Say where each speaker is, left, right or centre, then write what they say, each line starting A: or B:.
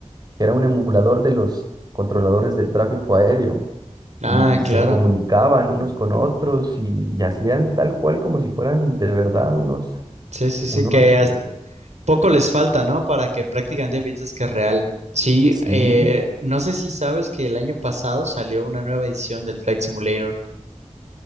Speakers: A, on the right; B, on the right.
A: que era un emulador de los controladores de tráfico aéreo
B: Ah,
A: y
B: claro.
A: se comunicaban unos con otros y, y hacían tal cual como si fueran de verdad unos,
B: Sí, sí, sí,
A: unos,
B: que hasta
A: eh,
B: poco les falta, ¿no? Para que prácticamente pienses que es real. Sí,
A: sí,
B: eh, no sé si sabes que el año pasado salió una nueva edición del Flight Simulator.